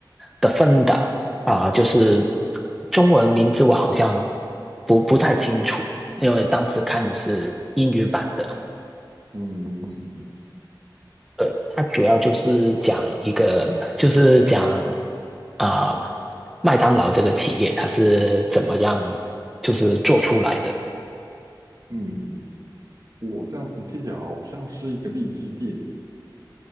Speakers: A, in the centre; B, on the right.
A: 《The Founder 啊，就是中文名字我好像不不太清楚，因为当时看的是英语版的。
B: 嗯
A: 对，它主要就是讲一个，就是讲啊、呃麦当劳这个企业它是怎么样就是做出来的。
B: 嗯，嗯，我这样子听起来好像是一个励志电影。